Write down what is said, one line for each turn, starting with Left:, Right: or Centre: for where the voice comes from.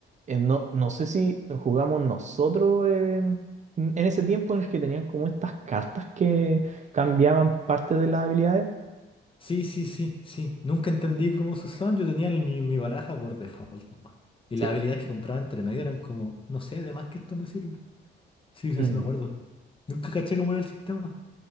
Right: en no, no sé si jugamos nosotros em, en ese tiempo en el que tenían como estas cartas que cambiaban parte de las habilidades.
Left: sí, sí, sí. sí. Nunca entendí cómo se usaban. Yo tenía el- mi, mi baraja por default nomás. Y
Right: Sí.
Left: las habilidades que compraba entre medio eran como, no sé, de más que esto me sirve. Sí, sí,
Right: Mm.
Left: sí me acuerdo. Nunca caché cómo era el sistema.